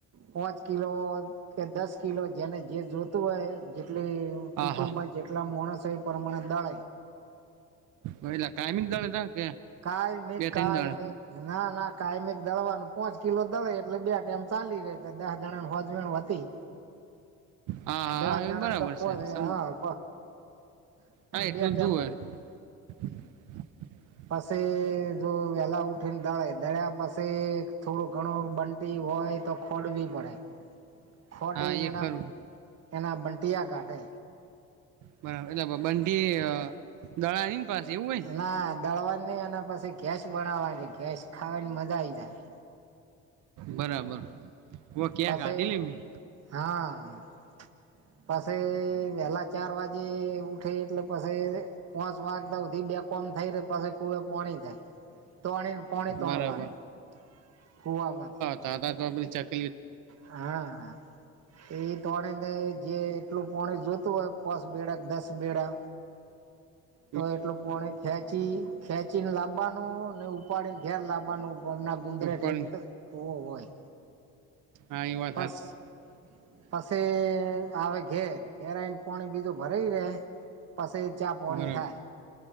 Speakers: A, on the right; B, on the right.
A: પાંચ કિલો કે દસ કિલો જેને જે જોતું હોય જેટલી
B: હા
A: કુટુંબમા
B: હા
A: જેટલા માણસ હો એ પ્રમાણે દળાય
B: હોલા કાયમીંગ દળતા કે
A: કાયમીક
B: બે ત્રણ
A: કાયમી
B: દળે
A: ના ના કાયમીક દળવાનું પોંચ કિલો દળે એટલે બે ટાઈમ ચાલી રે દહ જણા નુ હોજવેણ હતી
B: હા હા
A: દસ
B: એ
A: જણાને
B: બરાબર
A: તો પો
B: છે
A: હા
B: સ હા એટલું
A: બે ટાઈમ
B: જુુંવે <inaudible>
A: પસી જો વેલા ઉઠીને દળેય દળ્યા પસે થોડો ઘણો બ <unintelligible> હોય તો ખોડવી પડે ફોડીન
B: હા એ
A: એના
B: ખરું
A: એના બંટિયા ગાઢે
B: બરાબર એલે કણકી દડા નઈ ને પાસે એવું હોય ને
A: ના દળવાની નહી અને પછી જૈસ નાવા છે જેસ ખાવાની મજા આવીઈ જાય
B: બરાબર ઓ ક્યાં
A: પાસે
B: કાઢેલી મેં
A: હા પાછ વહેલા ચાર વાગે ઉઠે એટલે પાછ પોંચ વાગ સુધી બે કોમ થઈ રે પછી કુવે પોણી જાય તોણી પોણી તોણવાનું
B: બરાબર
A: કુવાવામાંથી
B: તાદા તો ચક
A: હા હા એ તોણીને જે એટલું પાણી જોતું હોય પાચ બેડા દસ બેડા
B: <inaudible>
A: તો એટલું પોણે ખેંચી ખેંચી ને લાવવાનું ને ઉપાડીને ઘેર લાવવાનું ગમના ગુંદરે
B: ઉપર
A: ઠેઠ કૂવો હોય
B: હા એ વાત
A: બસ
B: હાચી
A: પછી આવે ઘેર ઘેરને પોણી બીજું ભરાય રે પાસી ચા પોણી
B: બરાબર
A: થાય